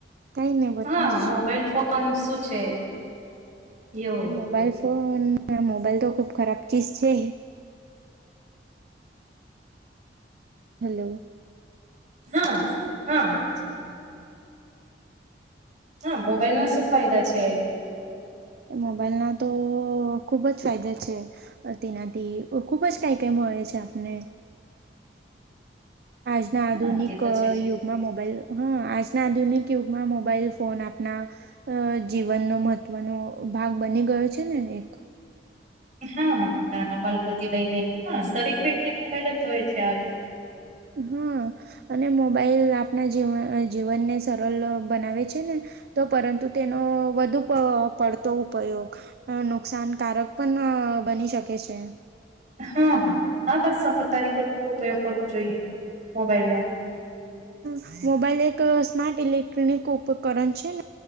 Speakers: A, on the right; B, on the right.
A: કઈ નહી બઠે
B: હા
A: જ
B: મોબાઈલ ફોન શું છે એવું
A: મોબાઈલ ફોન મોબાઈલ તો ખુબ ખરાબ ચીજ છે હલો
B: હા હા આવે જ હા મોબાઈલ ના શું ફાયદા છે
A: એ મોબાઈલના તો ખુબ જ ફાયદા છે તેનાથી ખુબ જ કઈ કઈ મળે છે આપને આજના
B: હા
A: આધુનિક
B: તે તો છે જ
A: યુગ માં મોબાઈલ હ આજના આધુનિક યુગમાં મોબાઈલ ફોન આપના અ જીવનનો મહત્વનો ભાગ બની ગયો છે ને એક
B: હા હા નાના બાલપતિ લઈને હા દરેક વ્યક્તિ મોબાઈલ જ જોય છે આવે તો
A: હા અને મોબાઈલ આપણા જીવન જીવનને સરળ બનાવે છે ને તો પરંતુ તેનો વધુ પ પડતો ઉપયોગ અ નુકસાનકારક પણ બની શકે છે
B: હા હા હા બસ સમજદારીપૂર્વક ઉપયોગ કરવો જોઈએ મોબાઈલ નો
A: હ મોબાઈલ એક સ્માર્ટ ઇલેક્ટ્રોનિક ઉપકરણ છે ને